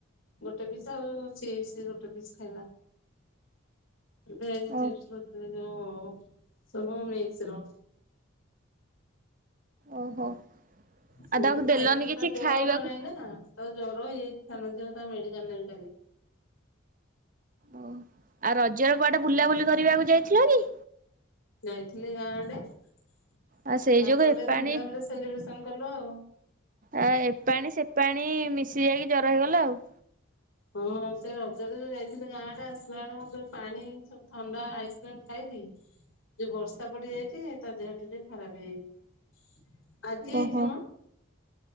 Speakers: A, on the left (about 70°); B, on the right (about 40°).
A: ଗୋଟେ ପିସ୍ ଆଉ ସିଏପସ୍ ଗୋଟେ ପିସ୍ ଖାଇଲା ଭେଜ
B: ଓ
A: ଚିପସ କରିଥିଲ ଯଉ ସବୁ ମିକସ ର
B: ଓହୋ
A: ସେମିତି
B: ଆଉ ତାକୁ
A: ଖାଇକି
B: ଦେଲନି କିଛି
A: ତା ଦେହ
B: ଖାଇବାକୁ
A: ଭଲ ନାହିଁ ନା ତ ଜର ହେଇଯାଇଛି ସାନ ଝୀଅ ତା ମେଡିକାଲ ନେବି ପାରୁନି
B: ଓହ ଆଉ ରଜର କୁଆଡେ ବୁଲାବୁଲି କରିବାକୁ ଯାଇଥିଲ କି?
A: ଯାଇଥିଲି ଗାଁଡେ ଆ
B: ଆଉ ସେଇ ଯୋଗୁ
A: ତ ଗୋଟେ
B: ଏପାଣି
A: ଧୁମଧାମ ରେ ସେଲିବ୍ରେସନ କଲୁ ଆଉ।
B: ଆ ଏ ପାଣି ସେ ପାଣି ମିଶି ଯାଇକି ଜର ହେଇଗଲା ଆଉ।
A: ହଁ ସେ ରଜରେ ଯୋଉ ଯାଇଥିଲି ଗାଁ ଟା ଆସିଲା ବେଳକୁ ଯୋଉ ପାଣି ସବୁ ଥଣ୍ଡା ଆଇସ୍କ୍ରିମ ଖାଇଛି। ଯ ବର୍ଷା ପଡି ଯାଇଛି ତା ଦେହ ଟ ଟିକେ ଖରାପ ହେଇଯାଇଛି ଆଜି ହେଇଛି
B: ଓହୋ
A: ମୁଁ।